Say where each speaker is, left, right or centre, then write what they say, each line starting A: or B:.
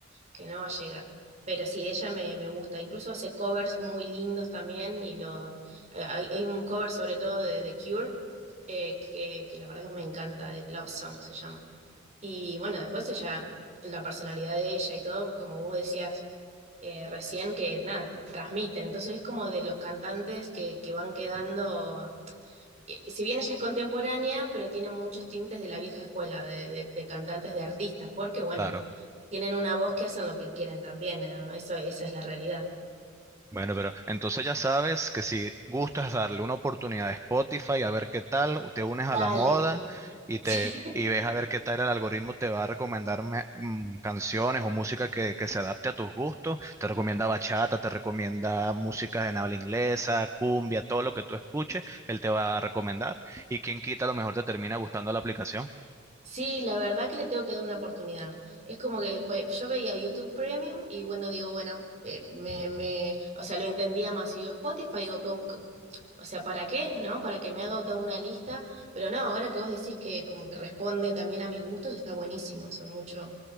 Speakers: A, on the right (about 35°); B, on the right (about 15°).
A: que no va a llegar. Pero sí, ella me, me gusta. Incluso hace covers muy lindos también, y lo, eh, hay, hay un cover sobre todo de The Cure, eh, que, que la verdad que me encanta, de Love Song se llama. Y bueno, después ella, la personalidad de ella y todo, como vos decías eh, recién, que nada, t- transmiten. Entonces es como de los cantantes que, que van quedando, eh, si bien ella es contemporánea, pero tiene muchos tintes de la vieja escuela, de, de- de cantantes, de artistas, porque bueno,
B: Claro.
A: tienen una voz que hacen lo que quieren también, ¿no? Eso, esa es la realidad.
B: Bueno, pero entonces ya sabes que si gustas darle una oportunidad a Spotify a ver qué tal, te unes a
A: Dale.
B: la moda y te
A: <laughs>
B: y ves a ver qué tal el algoritmo te va a recomendar me- mm, canciones o música que, que se adapte a tus gustos. Te recomienda bachata, te recomienda música en habla inglesa, cumbia, todo lo que tú escuches, él te va a recomendar. Y quien quita, a lo mejor te termina gustando la aplicación.
A: Sí, la verdad que le tengo que dar una oportunidad. Es como que bueno, yo veía YouTube Premium y bueno, digo, bueno, eh, me, me, o sea, lo entendía más. Y digo, Spotify, digo, con- con- o sea, ¿para qué? ¿No? Para que me haga toda una lista. Pero no, ahora que vos decís que como que responde también a mis gustos, está buenísimo, eso, mucho,